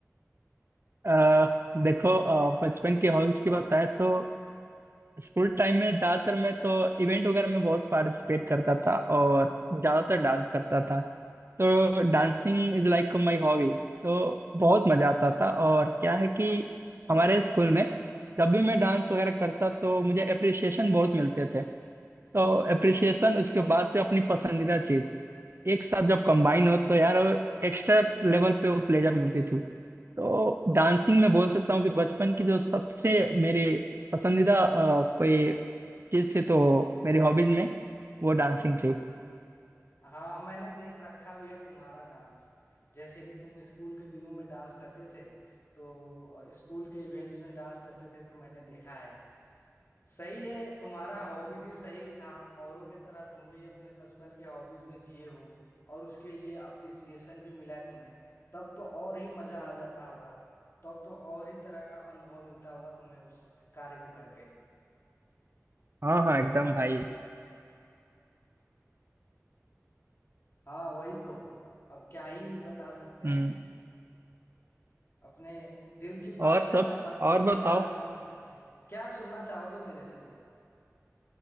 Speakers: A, on the right; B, on the left.
A: अ, देखो अ, बचपन की हॉबीज की बताएं तो स्कूल टाइम में ज्यादातर मैं तो इवेंट वगैरह में बहुत पार्टिसिपेट करता था और ज्यादातर डांस करता था तो dancing is like my hobby तो बहुत मजा आता था और क्या है कि हमारे स्कूल में जब भी मैं डांस वगैरह करता तो मुझे अप्रिसिएशन बहुत मिलते थे तो अप्रिसिएशन उसके बाद से अपनी पसंदीदा चीज एक साथ जब कंबाइन हो तो यार एक्स्ट्रा लेवल पे वो प्लेजर मिलती थी तो डांसिंग में बोल सकता हूँ कि बचपन की जो सबसे मेरी पसंदीदा अ, कोई चीज थी तो मेरी हॉबीज में वो डांसिंग थी
B: हाँ मैंने देख रखा भी है तुम्हारा डांस जैसे कि तुम स्कूल के दिनों में डांस करते थे तो अ, स्कूल के इवेंट्स में डांस करते थे तो मैंने देखा है सही है तुम्हारा हॉबी भी सही था औरों के तरह तुम भी अपने बचपन के हॉबीज में जिए हो और उसके लिए अप्रिसिएशन भी मिला है तुम्हें तब तो और ही मजा आ जाता होगा तब तो और ही तरह का अनुभव मिलता होगा तुम्हें उस कार्य को करके
A: हाँ हाँ एकदम भाई
B: हाँ वही तो अब क्या ही बता सकते
A: हम्म
B: हैं अपने दिल की
A: और
B: बात ज्यादा
A: सब
B: बा,
A: और बताओ
B: बयां भी नहीं कर सकते क्या सुनना चाहोगे मेरे से तुम